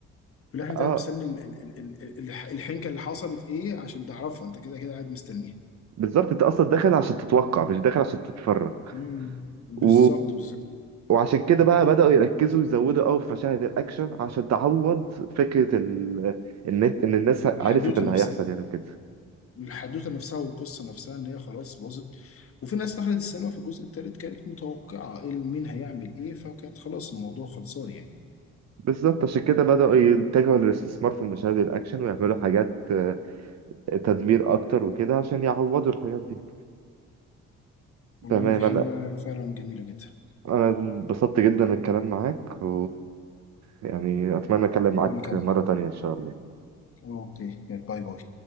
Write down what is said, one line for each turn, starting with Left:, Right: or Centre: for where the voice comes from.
Left: في الاخر انت
Right: اه
Left: قاعد مستني ال- ال- ال- ال- الح- الحنكه اللي حصلت ايه عشان تعرفها انت كده كده قاعد مستنيها
Right: بالظبط انت اصلا داخل عشان تتوقع مش داخل عشان تتفرج
Left: مهم.
Right: و...
Left: بالظبط بالظبط
Right: وعشان كده بقى بدأوا يركزوا يزودوا قوي في مشاهد الأكشن عشان تعوض فكرة ال... إن إن الناس
Left: الحدوته
Right: عرفت اللي
Left: نفسها
Right: هيحصل يعني وكده
Left: الحدوته نفسها والقصه نفسها ان هي خلاص باظت وفي ناس دخلت السينما في الجزء الثالث كانت متوقعه ايه ال- مين هيعمل ايه فكانت خلاص الموضوع خلصان يعني
Right: بالظبط عشان كده بدأوا يتجهوا للاستثمار في مشاهد الأكشن ويعملوا حاجات آه، تدمير أكتر وكده عشان يعوضوا الحاجات دي
Left: والله
Right: تمام
Left: دي حاجه
Right: أنا
Left: فعلا جميله جدا
Right: أنا انبسطت جدا من الكلام معاك و يعني أتمنى أتكلم معاك
Left: وانا كمان
Right: مرة تانية إن شاء الله
Left: اوكي يلا باي باي